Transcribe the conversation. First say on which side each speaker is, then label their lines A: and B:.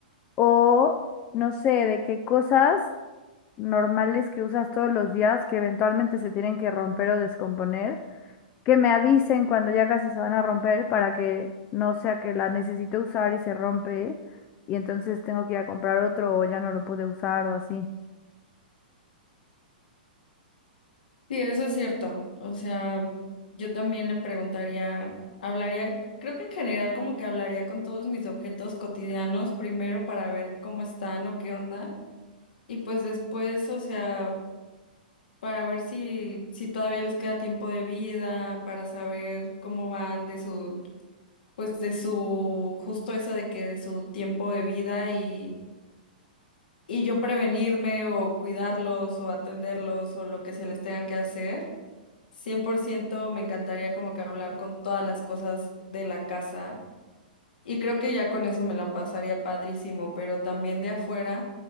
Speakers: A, on the left (about 30°); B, on the left (about 80°).
A: O no sé, de qué cosas normales que usas todos los días que eventualmente se tienen que romper o descomponer que me avisen cuando ya casi se van a romper para que no sea que la necesite usar y se rompe y entonces tengo que ir a comprar otro o ya no lo pude usar o así.
B: Sí, eso es cierto. O sea, yo también le preguntaría, hablaría, creo que en general como que hablaría con todos mis objetos cotidianos primero para ver cómo están o qué onda y pues después, o sea, para ver si si todavía les queda tiempo de vida, para saber cómo van de su pues de su justo eso de que de su tiempo de vida y y yo prevenirme o cuidarlos o atenderlos o lo que se les tenga que hacer. cien por ciento me encantaría como que hablar con todas las cosas de la casa y creo que ya con eso me la pasaría padrísimo, pero también de afuera,